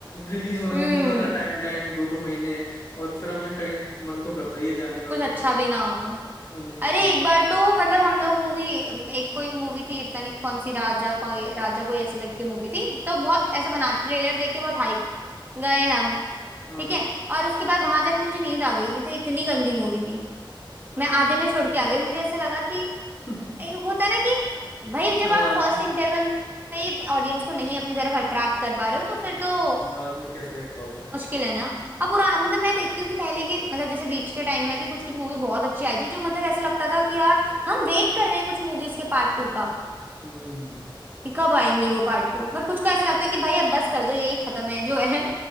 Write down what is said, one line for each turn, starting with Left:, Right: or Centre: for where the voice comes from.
Left: रिलीज होने
Right: हम्म
Left: में भी इतना टाइम टाइम दो दो महीने और फिर हमें कहीं मन तो करता ही है जाने का
Right: कुछ
Left: फिर
Right: अच्छा
Left: कुछ
Right: भी ना हो
Left: हम्म
Right: अरे एक बार तो मतलब हम लोग मूवी एक कोई मूवी थी पता नहीं कौन सी राजा कोई राजा कोई ऐसे करके मूवी थी तो बहुत ऐसे बना ट्रेलर देख के बहुत हाइप गए हम
Left: हाँ
Right: ठीक है और उसके बाद वहां जाके मुझे नींद आ गई मतलब इतनी गंदी मूवी थी मैं आधे में छोड़ के आ गई मुझे ऐसा लगा कि
Left: <laughs>
Right: ए, होता है ना कि भाई जब
Left: हाँ
Right: आप फर्स्ट इंटरवल में ही ऑडियंस को नहीं अपनी तरफ अट्रैक्ट कर पा रहे हो तो फिर तो
Left: बाद में कैसे कर पाओगे
Right: मुश्किल है ना अब पुराना मतलब मैं देखती हूँ कि पहले के मतलब जैसे बीच के टाइम में भी कुछ कुछ मूवी बहुत अच्छी आई थी जो मतलब ऐसा लगता था कि यार हम वेट कर रहे हैं कुछ मूवीज के पार्ट टू का
Left: हम्म
Right: कि कब आएंगी वो पार्ट टू पर कुछ का ऐसा लगता है कि भाई अब बस कर दो यही खत्म है जो है